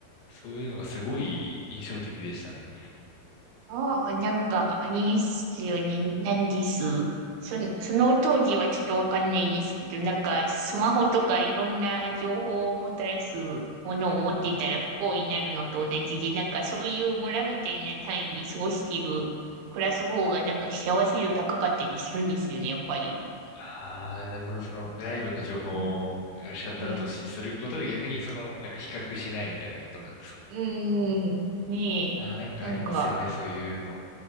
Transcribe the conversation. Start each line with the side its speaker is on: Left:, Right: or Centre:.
Left: そういうのがすごい印象的でしたね。
Right: ああ、なんか、あれですよね。なんです。その、その当時はちょっとわかんないですけど、なんか、スマホとかいろんな情報をもたらすものを持ってたら不幸になるのと同じで、なんかそういう村みたいな単位で過ごしている、暮らす方がなんか幸せ度高かったりするんですよね、やっぱり。
Left: ああ、なるほど。その外部の情報をシャットアウトしすることで逆にその、
Right: うんうん、
Left: なんか比較しないみたいなことなんですかね。
Right: うん、ねえ、
Left: ああ、なんかありますよね、
Right: なんか、
Left: そういうの。